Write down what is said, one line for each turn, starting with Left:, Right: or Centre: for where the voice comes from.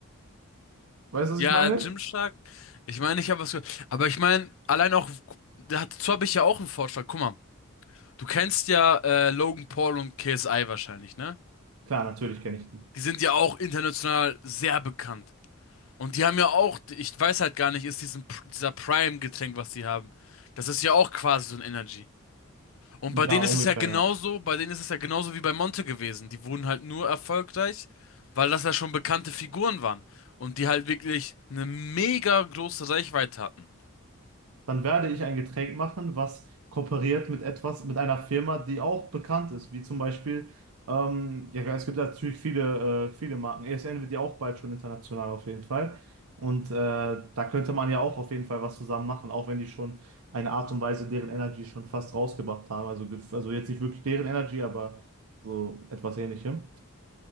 Right: Weißt du,
Left: Ja,
Right: was ich meine?
Left: Gymshark. Ich meine, ich habe was gehört. Aber ich meine, allein auch, da hat- dazu habe ich ja auch einen Vorschlag. Guck mal, du kennst ja äh, Logan Paul und KSI wahrscheinlich, ne?
Right: Klar, natürlich kenne ich die.
Left: Die sind ja auch international sehr bekannt. Und die haben ja auch, ich weiß halt gar nicht, ist diesen, dieser Prime-Getränk, was die haben. Das ist ja auch quasi so ein Energy. Und
Right: Ja,
Left: bei denen ist
Right: ungefähr,
Left: es ja genauso,
Right: ja.
Left: bei denen ist es ja genauso wie bei Monte gewesen. Die wurden halt nur erfolgreich, weil das ja schon bekannte Figuren waren. Und die halt wirklich eine mega große Reichweite hatten.
Right: dann werde ich ein Getränk machen, was kooperiert mit etwas, mit einer Firma, die auch bekannt ist, wie zum Beispiel, ähm, ja, es gibt natürlich viele, äh, viele Marken. ESN wird ja auch bald schon international auf jeden Fall. Und äh, da könnte man ja auch auf jeden Fall was zusammen machen, auch wenn die schon eine Art und Weise deren Energy schon fast rausgebracht haben. Also, gef- also jetzt nicht wirklich deren Energy, aber so etwas Ähnlichem.